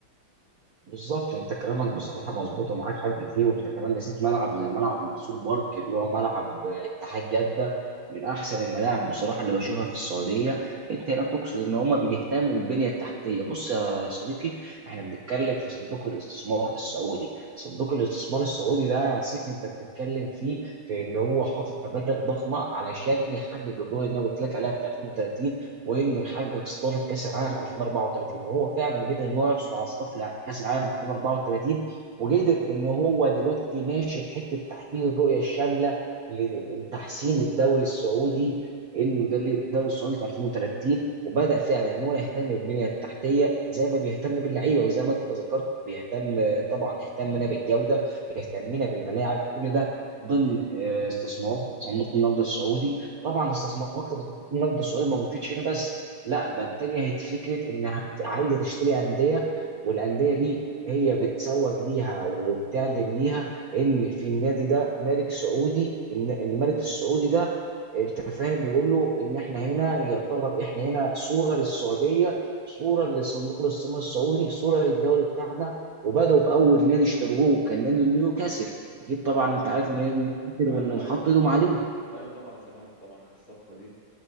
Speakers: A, on the right; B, on the left.
A: بالظبط انت كلامك بصراحه مظبوط ومعاك حق فيه وانت كمان نسيت ملعب زي ملعب مرسول بارك اللي هو ملعب آه، اتحاد جده من احسن الملاعب بصراحه اللي بشوفها في السعوديه انت هنا تقصد ان هم بيهتموا بالبنيه التحتيه بص يا صديقي احنا بنتكلم في صندوق الاستثمار السعودي صندوق الاستثمار السعودي ده يا سيف انت بتتكلم فيه في ان هو حاطط مبالغ ضخمه علشان يحقق الرؤيه اللي انا قلت لك عليها بتاع 2030 وانه يحقق استضافه كاس العالم 2034 وهو فعلا قدر ان هو يحصل على استضافه كاس العالم 2034 وقدر ان هو دلوقتي ماشي في حته تحقيق الرؤيه الشامله لتحسين الدوري السعودي انه ده اللي- الدوري السعودي في 2030 وبدا فعلا ان هو يهتم بالبنيه التحتيه زي ما بيهتم باللعيبه وزي ما انت ذكرت بيهتم طبعا اهتمنا بالجوده اهتمنا بالملاعب كل ده ضمن آه، استثمارات صندوق النقد السعودي
B: اه
A: طبعا استثمارات النقد السعودي ما وقفتش هنا بس لا ده اتجهت فكره انها بت- عايزه تشتري انديه والانديه دي هي بتسوق ليها وبتعلن ليها ان في النادي ده ملك سعودي ان إن الملك السعودي ده انت فاهم بيقول له ان احنا هنا يعتبر احنا هنا صوره للسعوديه صوره لصندوق الاستثمار السعودي صوره للدوري بتاعنا وبداوا باول نادي اشتروه كان نادي نيوكاسل اكيد طبعا
B: اه
A: انت عارف ان نادي نيوكاسل
B: ايوه
A: وانه حط
B: ايوه
A: ايدهم عليه
B: ايوه طبعا سمعت طبعا عن الصفقه دي